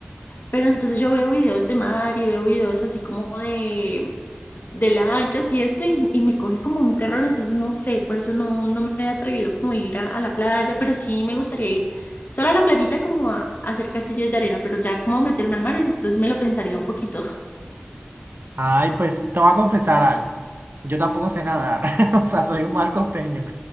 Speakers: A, on the left; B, on the right.
A: Pero entonces yo veo videos de mar y veo videos así como de, de lanchas y esto y, y me coge como un terror, entonces no sé, por eso no, no me he atrevido como a ir a, a la playa, pero sí me gustaría ir solo a la playita como a, a hacer castillos de arena, pero ya como meterme al mar, entonces me lo pensaría un poquito.
B: Ay, pues te voy a confesar algo. Yo tampoco sé nadar. <laughs> O sea, soy un mal costeño.